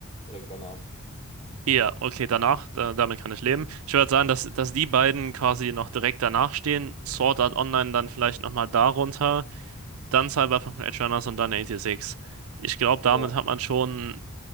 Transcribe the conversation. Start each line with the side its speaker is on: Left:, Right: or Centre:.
Left: direkt danach.
Right: Ja, okay, danach, da, damit kann ich leben. Ich würde sagen, dass, dass die beiden quasi noch direkt danach stehen. Sword Art Online dann vielleicht nochmal darunter, dann Cyberpunk Edge Runners und dann 86. Ich glaube, damit
Left: Ja,
Right: hat man schon.